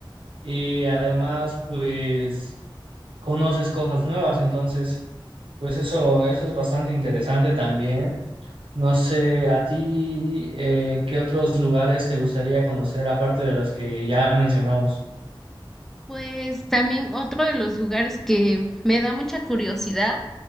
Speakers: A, on the right; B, in the centre.
A: y además pues conoces cosas nuevas, entonces pues eso, eso es bastante interesante también. No sé, a ti, eh, ¿qué otros lugares te gustaría conocer aparte de los que ya mencionamos?
B: Pues también otro de los lugares que me da mucha curiosidad